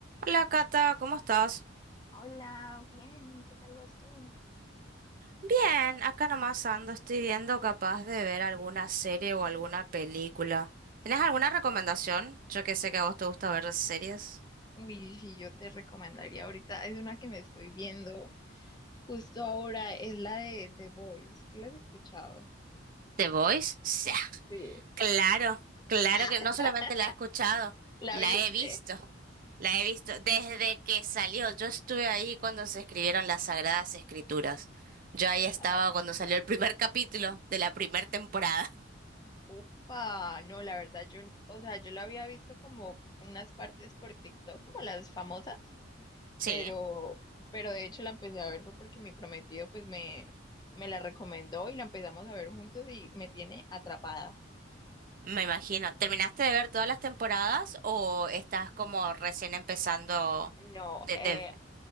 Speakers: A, on the right; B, on the left.
A: Hola Cata, ¿cómo estás?
B: Hola, bien, ¿qué tal vas tú?
A: Bien, acá nomás ando, estoy viendo capaz de ver alguna serie o alguna película. ¿Tenés alguna recomendación? Yo que sé que a vos te gusta ver series.
B: Y si yo te recomendaría ahorita, es una que me estoy viendo justo ahora, es la de The Voice. ¿Sí la has escuchado?
A: ¿The Voice? Sí,
B: Sí.
A: claro, claro
B: Ah,
A: que
B: <laughs>
A: no solamente la he escuchado,
B: ¿la
A: la
B: viste?
A: he visto, la he visto desde que salió. Yo estuve ahí cuando se escribieron las Sagradas Escrituras. Yo ahí estaba
B: Ah,
A: cuando salió el primer capítulo de la primera temporada.
B: Upa, no, la verdad, yo, o sea, yo la había visto como unas partes por TikTok, como las famosas,
A: Sí.
B: pero, pero de hecho la empecé a ver fue porque mi prometido pues me, me la recomendó y la empezamos a ver juntos y me tiene atrapada.
A: Me imagino. ¿Terminaste de ver todas las temporadas o estás como recién empezando
B: No,
A: de,
B: eh,
A: de